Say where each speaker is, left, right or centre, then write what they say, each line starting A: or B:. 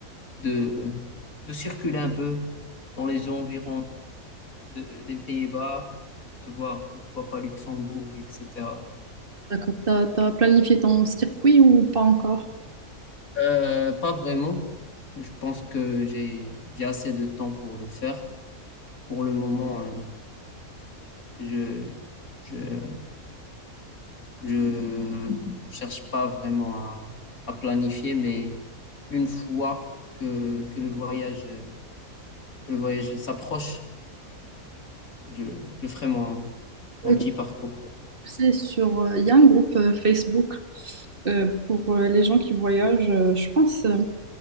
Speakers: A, on the left; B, on the right.
A: de, de circuler un peu dans les environs de- des Pays-Bas, voir pourquoi pas Luxembourg, etc.
B: D'accord. T'as, t'as planifié ton circuit ou pas encore?
A: Euh, pas vraiment. Je pense que j'ai j'ai assez de temps pour le faire. Pour le moment, euh, je, je Je ne cherche pas vraiment à, à planifier, mais une fois que, que le voyage, euh, que le voyage s'approche, je, je ferai mon,
B: Ouais,
A: mon petit parcours.
B: C'est sur, euh, il y a un groupe euh, Facebook euh, pour euh, les gens qui voyagent. euh, je pense, euh,